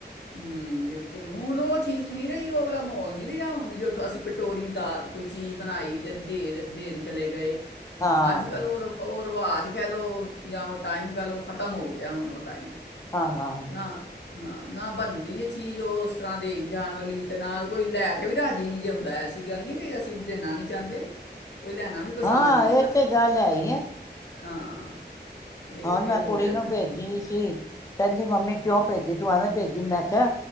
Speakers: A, on the left; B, on the left.
A: ਹੂੰ ਬਿਲਕੁਲ ਹੁਣ ਉਹ ਚੀਜ਼ ਨਹੀਂ ਰਹੀ ਉਹ ਵਾਲਾ ਮਾਹੌਲ ਨੀ ਰਿਹਾ ਹੁਣ ਜੋ। ਅਸੀਂ ਕਟੋਰੀ ਦਾਲ ਕੋਈ। ਚੀਜ਼ ਬਣਾਈ ਤੇ ਦੇਰ ਦੇਰ ਦੇਣ ਚਲੇ ਗਏ।
B: ਹਾਂ।
A: ਅੱਜ ਕੱਲ੍ਹ ਹੋਰ। ਉਹ ਰਿਵਾਜ਼ ਕਹਿ ਲਓ ਜਾਂ ਉਹ ਟਾਈਮ ਕਹਿ ਲਓ ਖ਼ਤਮ ਹੋ ਗਿਆ ਹੁਣ ਉਹ ਟਾਈਮ।
B: ਹਾਂ।
A: ਨਾ ਹਾਂ ਨਾ ਬਣਦੀ ਹੈ ਚੀਜ਼ ਉਹ ਉਸ ਤਰ੍ਹਾਂ ਦੀ ਜਾਣ ਵਾਲੀ ਤੇ ਨਾਲ ਕੋਈ ਲੈ ਕੇ ਵੀ ਰਾਜ਼ੀ ਨਹੀਂ ਜਿਉਂਦਾ ਐਸੀ ਗੱਲ ਨਹੀਂ ਕਿ ਅਸੀਂ ਦੇਣਾ ਨਹੀਂ ਚਾਹੁੰਦੇ। ਕੋਈ ਲੈਣਾ ਵੀ ਪਸੰਦ
B: ਹਾਂ
A: ਨਹੀਂ ਜੇ
B: ਇਹ
A: ਕਰਦਾ
B: ਤੇ ਗੱਲ ਹੈ ਹੀ ਆ।
A: ਹਾਂ। ਇਹ
B: ਹੁਣ
A: ਇਹ
B: ਮੈਂ
A: ਹੋ
B: ਕੁੜੀ
A: ਗਿਆ
B: ਨੂੰ
A: ਦਾ
B: ਭੇਜੀ ਸੀ ਕਹਿੰਦੀ। ਮੰਮੀ ਕਿਉਂ ਭੇਜੀ ਤੂੰ ਐਵੇਂ ਭੇਜੀ ਮੈਂ ਕਿਹਾ